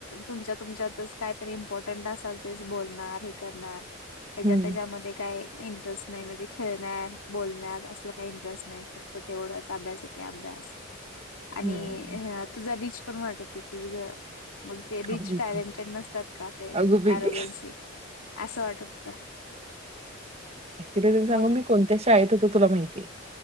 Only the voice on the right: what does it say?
हं,
हं.
अगं बाई,
बाई, बाई!
अगं बाई,
बाई!
ऍक्च्युली तला सांग
मी कोणत्याशी आहेत होत तुला माहितीये